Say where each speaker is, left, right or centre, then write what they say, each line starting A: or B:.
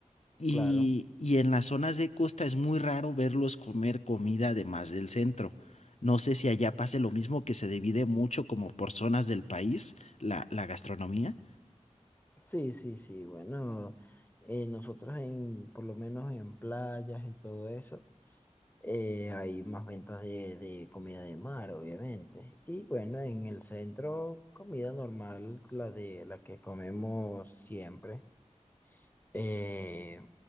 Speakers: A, on the left (about 65°); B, on the left (about 15°).
A: Y,
B: Claro.
A: y en las zonas de costa es muy raro verlos comer comida además del centro. No sé si allá pase lo mismo que se divide mucho como por zonas del país, la la gastronomía.
B: Sí, sí, sí. Bueno, eh, nosotros en, por lo menos en playas y todo eso, eh, hay más ventas de, de comida de mar, obviamente. Y bueno, en el centro, comida normal, la de la que comemos siempre. Eh,